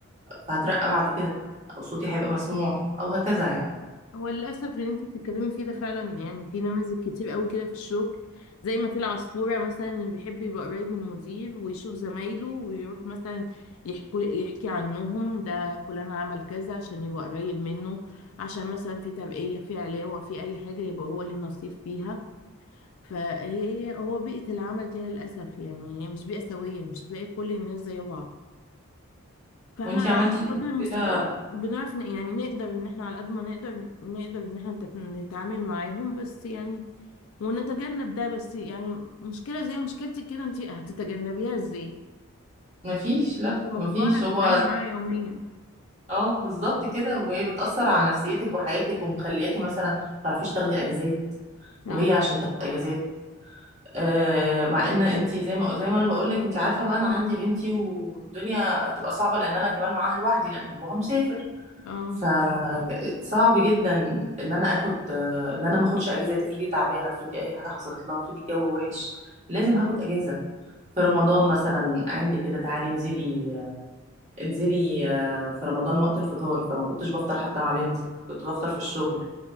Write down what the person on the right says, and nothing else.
فهترقى بعد كده او صوتي هيبقى مسموع او هكذا يعني
وانتي
عملتي
كده
مفيش لا
مفيش هو
اه بالظبط كده وهي بتأثر على نفسيتك وحياتك ومخلياكي مثلا ما تعرفيش تاخدي اجازات
وهي عشان تاخد اجازات آه، مع ان انت زي ما زي ما انا بقول لك انت عارفه بقى انا عندي بنتي والدنيا هتبقى صعبه لان انا كمان معاها لوحدي لان باباها مسافر
فصعب جدا ان انا اخد آه، ان انا ما اخدش اجازات افرضي تعبانه افرضي اي حاجه حصلت لها افرضي الجو وحش لازم هاخد اجازه في رمضان مثلا عندي كده تعالي انزلي آه، انزلي آه، في رمضان وقت الفطار فما كنتش بفطر حتى مع بنتي كنت بفطر في الشغل